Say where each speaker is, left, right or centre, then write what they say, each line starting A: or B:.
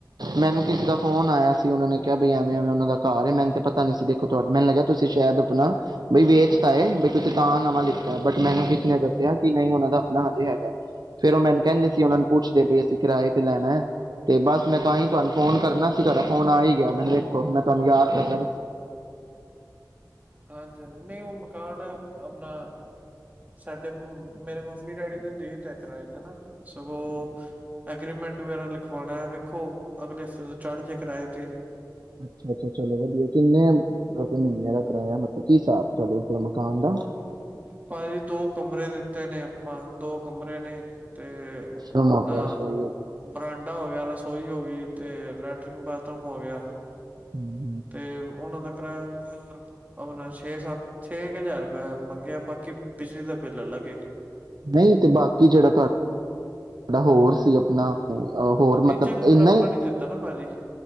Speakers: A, on the right (about 70°); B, on the right (about 20°).
A: ਮੈਨੂੰ ਕਿਸੇ ਦਾ ਫੋਨ ਆਇਆ ਸੀ ਉਹਨਾਂ ਨੇ ਕਿਹਾ ਬਈ ਐਵੇ ਇਵੇਂ ਇਵੇਂ ਉਹਦਾ ਘਰ ਆ, ਮੈਨੂੰ ਤਾਂ ਪਤਾ ਨੀ ਸੀ ਦੇਖੋ ਮੈਨੂੰ ਲੱਗਿਆ ਤੁਸੀਂ ਸ਼ਾਇਦ ਆਪਣਾ ਬਈ ਵੇਚ ਤਾਂਏ, ਬਈ ਤੁਸੀਂ ਤਾਂ ਨਵਾਂ ਲਿੱਤਾ ਆ, ਬਟ ਮੈਨੂੰ ਕਿਸੇ ਨੇ ਦੱਸਿਆ ਕਿ ਨਹੀਂ, ਉਹਨਾਂ ਦਾ ਆਪਣਾ ਹਜੇ ਹੈਗਾ। ਫੇਰ ਉਹ ਮੈਨੂੰ ਕਹਿੰਦੇ ਉਹਨਾ ਨੂੰ ਪੁੱਛਦੇ ਵੀ, ਅਸੀਂ ਕਿਰਾਏ ਤੇ ਲੈਣਾ ਆ ਤੇ ਬਸ ਮੈਂ ਤਾਂਹੀ ਤੁਹਾਨੂੰ ਫੋਨ ਕਰਨਾ ਸੀ। ਤੁਹਾਡਾ ਫੋਨ ਆ ਹੀ ਗਿਆ ਮੈਨੂੰ ਦੇੇਖੋ ਮੈਂ ਤੁਹਾਨੂੰ ਯਾਦ ਕਰਦਾ
B: ਹਾਂਜੀ- ਹਾਂਜੀ, ਨਹੀਂ ਉਹ ਮਕਾਨ ਆਪਣਾ ਸਾਡੇ ਮੇ ਮੇਰੇ ਮੰਮੀ ਡੈਡੀ ਨੇ ਦੇ ਦਿੱਤਾ ਕਿਰਾਏ ਤੇ ਨਾ, ਸਗੋਂ ਅਗਰੀਮੈਂਟ ਵਗੈਰਾ ਲਿਖਵਾਉਣਾ। ਵੇਖੋ, ਅਗਲੇ ਹਫ਼ਤੇ ਤੋਂ ਚੜ ਜੇ ਕਿਰਾਏ ਤੇ।
A: ਅੱਛਾ- ਅੱਛਾ ਚਲੋ ਵਧੀਆ, ਕਿੰਨੇ ਰੁਪਏ ਮਹੀਨੇ ਦਾ ਕਿਰਾਇਆ ਮਤਲਬ ਕੀ ਹਿਸਾਬ ਚਲੋ ਆ ਤੁਹਾਡੇ ਮਕਾਨ ਦਾ?
B: ਉਹ ਭਾਜੀ ਦੋ ਕਮਰੇ ਦਿੱਤੇ ਨੇ ਪਾਂ ਦੋ ਕਮਰੇ ਨੇ ਤੇ ਆਪਣਾ
A: ਰੂਮ ਹੋ ਗਿਆ ਰਸੋਈ ਹੋ ਗਈ।
B: ਬਰਾਂਡਾ ਹੋ ਗਿਆ। ਰਸੋਈ ਹੋ ਗਈ। ਅਤੇ ਲੈਟਰਿਨ, ਬਾਥਰੂਮ ਹੋ ਗਿਆ ਤੇ
A: ਹੂੰ
B: ਤੇ ਉਹਨਾਂ ਦਾ ਕਰਾਇਆ ਵੀ ਆਪਣਾ ਛੇ -ਸੱਤ ਛੇ ਕਾ, ਹਜ਼ਾਰ ਰੁਪਇਆ ਮੰਗਿਆ ਬਾਕੀ ਬਿਜਲੀ ਦਾ ਬਿੱਲ ਅਲੱਗ ਏ।
A: ਨਹੀਂ ਤੇ ਬਾਕੀ ਜਿਹੜਾ ਤੁਹਾਡਾ ਜਿਹੜਾ ਹੋਰ ਸੀ ਆਪਣਾ ਹੋਰ
B: ਤੀਜਾ
A: ਮਤਲਬ
B: ਕਮਰਾ
A: ਇੰਨਾ
B: ਆਪਾਂ
A: ਹੀ,
B: ਨੀ ਦਿੱਤਾ ਨਾ ਭਾਜੀ